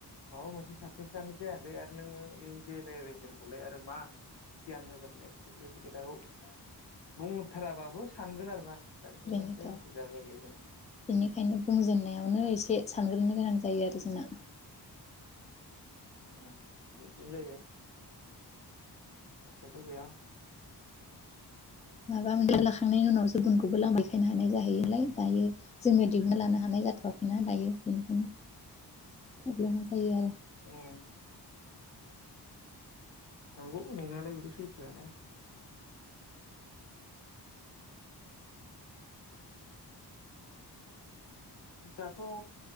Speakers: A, on the left; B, on the left.
A: माबा मोनसे साक्सेस यानो जायाखै आरो नोङो इयुन जेनेरेसनखौलाय आरो मा गियान होगोनलाय। बेफोरबायदि खोथाखौ बुंहथाराबाबो सानगोन आरो ना दा बेफोरनो
B: बेनोथ'
A: एसे उसुबिदा जायो जों
B: बेनिखायनो बुंजेननायावनो एसे सानग्रोनो गोनां जायो आरो जोंना
A: उम बेबादि जायो उफायथ' गैया
B: माबा मोनसे लाखांनायनि उनावसो गुबुनखौबो लामा देखायनो हानाय जाहैयो नालाय दायो जोङो दिहुनालानो हानाय जाथ'वा ना दायो बेनिखायनो प्रब्लेमा जायो आरो।
A: ओम नंगौ नंनायालाय बेथ' सैथोआनो दाथ